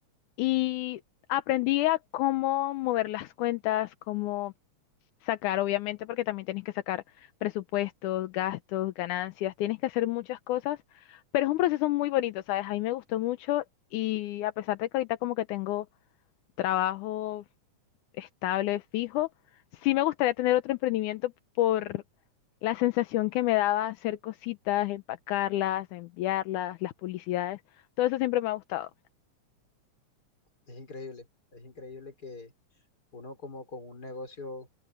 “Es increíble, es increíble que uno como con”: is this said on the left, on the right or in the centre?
Left